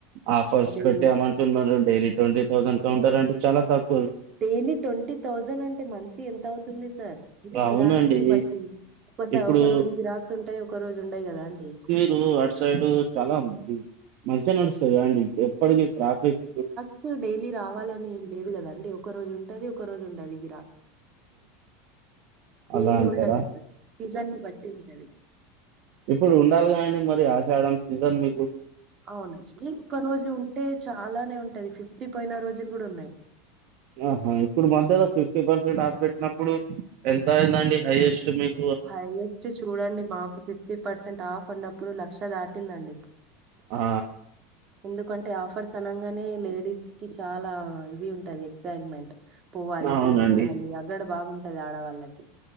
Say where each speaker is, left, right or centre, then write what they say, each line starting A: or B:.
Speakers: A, on the right; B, on the right.
A: ఆఫర్స్
B: డైలీ
A: పెట్టామంటున్నరు డైలీ ట్వంటీ థౌజండ్ కౌంటర్ అంటే చాలా తక్కువ
B: డైలీ ట్వంటీ థౌజండ్ అంటే మంత్లీ ఎంత అవుతుంది సార్ అంటే
A: అవునండి
B: గిరాక్ ని బట్టి ఒకస
A: ఇప్పుడు
B: ఒక రోజు గిరాక్స్ ఉంటయి ఒక రోజు ఉండయి గదా అండి
A: టూ అడ్ సైడ్ చాలా ఉమ్ బ్ మంచిగ నడుస్తదిగా అండి ఎప్పటికి ప్రాఫిట్
B: త్ డైలీ రావాలని ఏం లేదు గదండి ఒక రోజు ఉంటది ఒక రోజు ఉండది గిరా డైలి
A: అలా అంటారా
B: ఉండదండి సీజన్ని బట్టి ఉంటది
A: ఇప్పుడు ఉండాలిగా అండి మరి ఆషాడం సీజన్ మీకు
B: అవును ఇ ఒక్క రోజు ఉంటే చాలానే ఉంటది ఫిఫ్టీ పోయిన రోజులు గూడ ఉన్నయి
A: ఆహ ఇప్పుడు మధ్యలో ఫిఫ్టీ పర్సెంట్ ఆప్ పెట్టినప్పుడు ఎంత అయిందండి హయ్యెస్ట్ మీక్
B: హయ్యెస్ట్ చూడండి మాకు ఫిఫ్టీ పర్సెంట్ ఆఫ్ అన్నప్పుడు లక్ష దాటిందండి
A: ఆ
B: ఎందుకంటే ఆఫర్స్ అనంగనే లేడీస్ కి చాలా ఇది ఉంటది ఎక్సైట్మెంట్ పోవాలి
A: అవునండి
B: తీసుకోవాలి అగడ్ బాగుంటది ఆడవాళ్ళకి